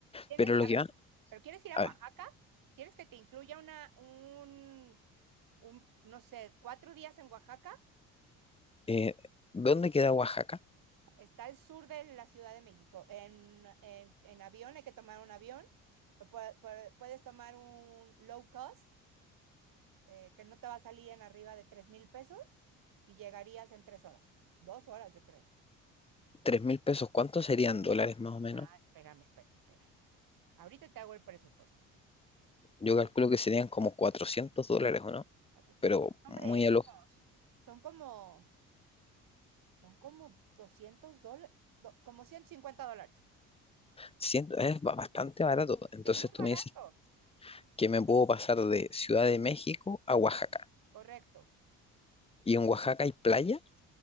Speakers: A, on the right; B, on the left.
A: Tienes
B: Pero
A: que,
B: lo
A: a
B: que
A: ver,
B: va,
A: pero ¿quieres ir a
B: a
A: Oaxaca?
B: ver,
A: ¿Quieres que te incluya una, un, un, no sé, cuatro días en Oaxaca?
B: eh, ¿dónde queda Oaxaca?
A: Está al sur de la Ciudad de México. En, en- en avión hay que tomar un avión. o pue- pue- Puedes tomar un low cost, eh, que no te va a salir en arriba de 3 mil pesos y llegarías en tres horas. Dos horas, yo creo.
B: Tres mil pesos, ¿cuántos serían dólares más o menos?
A: Ah, Espérame, espérame, espérame. Ahorita te hago el presupuesto.
B: Yo calculo que serían como 400 dólares, ¿o no?
A: Cuatro por
B: Pero
A: tres. Hombre,
B: muy al
A: menos.
B: ojo.
A: Son como, son como 200 dólares, como 150 dólares.
B: Siento- es ba- bastante barato. Entonces
A: Es muy
B: tú
A: barato.
B: me dices que me puedo pasar de Ciudad de México a Oaxaca.
A: Correcto.
B: Y en Oaxaca hay playa.